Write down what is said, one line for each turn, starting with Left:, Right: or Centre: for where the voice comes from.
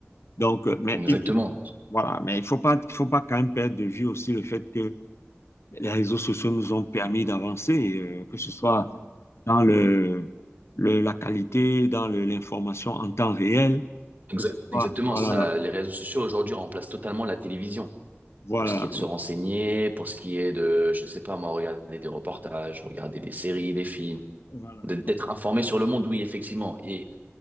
Left: Donc, euh, mais
Right: Exactement.
Left: voilà, mais il faut pas, il faut pas quand même perdre de vue aussi le fait que les réseaux sociaux nous ont permis d'avancer, euh, que ce soit dans le, le- la qualité, dans le- l'information en temps réel,
Right: Exa-
Left: que ce soit,
Right: exactement.
Left: voilà,
Right: Ça, les réseaux sociaux aujourd'hui remplacent totalement la télévision
Left: voilà,
Right: pour ce qui est de se renseigner, pour ce qui est de, je sais pas moi, regarder des reportages, regarder des séries, des films,
Left: Voilà.
Right: de- d'être informé sur le monde, oui, effectivement. Et